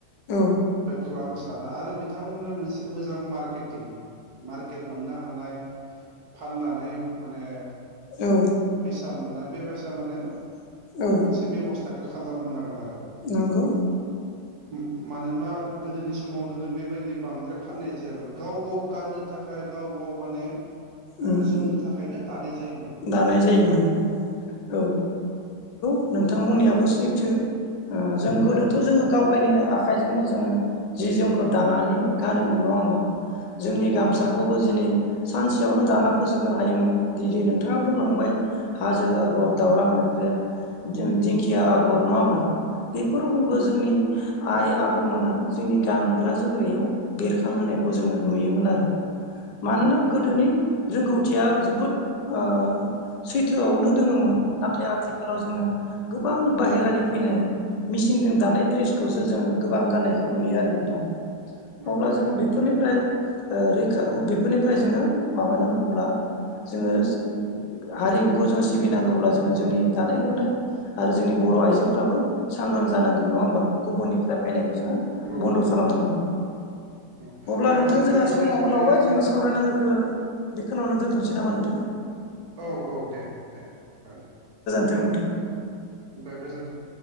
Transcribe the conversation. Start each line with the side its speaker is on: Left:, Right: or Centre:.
Left: औ
Right: बेखौ आं सानो आरो बिथांमोननो मोनसे मोजां मारकेटिं मारकेट मोननो हानाय फाननानै माने
Left: औ
Right: सा मोननाय बेबायसा माने
Left: औ
Right: मोनसे बेबस्थाखौ खालामना होनांगोन आ
Left: नंगौ
Right: <unintelligible> मानोना गोदोनि समाव नोङो बेबायदि बांद्राय फाननाय जायामोन गाव गाव गाननो थाखाय गाव गाव बौ माने ओ
Left: उम
Right: जोमनो थाखायनो दानाय जायोमोन
Left: दानाय जायोमोन औ नोंथांमोननियाबो
Right: नाथाय
Left: सैथो जों गोदोथ'
Right: औ
Left: जोङो गावगायनो आखाइजोंनो जोङो जि जोमखौ दानानै गानोमोन नङा होमबा। जोंनि गामसाखौबो
Right: नंगौ औ
Left: जिनै सानसेयावनो दाना फोजोबनो हायोमोन गिदि नों थाङा बुंलांबाय हाजो आगर दावराइ मोख्रेब दि-दिंखिया आगर नङा होब्रा बेफोर रोखोमखौ जोंनि
Right: औ
Left: आइ आबौमोनहा जोंनि गानग्रा जोमग्रायाव बेरखांहोनायखौ जोङो नुयोमोन आरो मानोना
Right: उम
Left: गोदोनि
Right: उम
Left: रोंगौथिया जोबोद ओ सैथोआवनो दोङोमोन नाथाय आथिखालाव जोङो गोबां बाहेरानि फैनाय मिसिनजों दानाय द्रेसखौसो जों गोबां गाननायखौ नुयो आरो नोंथां।
Right: नंगौ
Left: अब्ला
Right: नंगौ
Left: जों बेफोरनिफ्राय ओ रैखा बेफोरनिफ्राय जोङो माबानांगौब्ला जोङो हारिमुखौ जों सिबिनांगौब्ला जोङो जोंनि दानाय लुनाय आरो जोंनि बर' आइजोफ्राबो सांग्रां जानांगोन नङा होमबा गुबुननिफ्राय फैनाय जों
Right: नंगौ
Left: बन्द'
Right: नंगौ
Left: खालामनांगोन‌।
Right: नंगौ
Left: अब्ला
Right: आरो
Left: नोंथां
Right: जेरैखि
Left: जोंहा समाबो
Right: जाया जोङो
Left: लावबाय जोंनि
Right: जों
Left: सावरायनांगौखौ बेखौनो दोनथ थननोसै नामा नोंथां?
Right: औ औ दे दे जागोन दे
Left: थों नोंथां
Right: बा गोजोन्थों